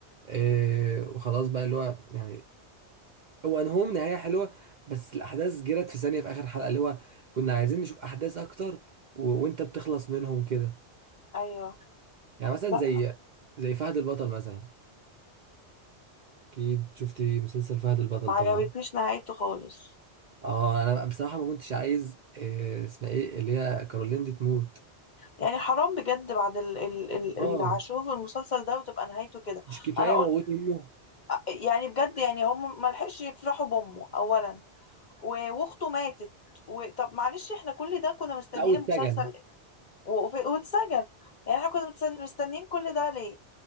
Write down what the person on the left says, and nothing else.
ايوه
لا
ما عجبتنيش
نهايته خالص
يعني حرام بجد بعد ال ال ال
اللي هشوف المسلسل ده وتبقى نهايته كده
انا قلت
يعني بجد يعني هم ما لحقش يفرحوا بامه اولا و- واخته ماتت و... طب معلش احنا كل ده كنا مستنيين
المسلسل و... وف- واتسجن يعني احنا كنا متس- مستنيين كل ده ليه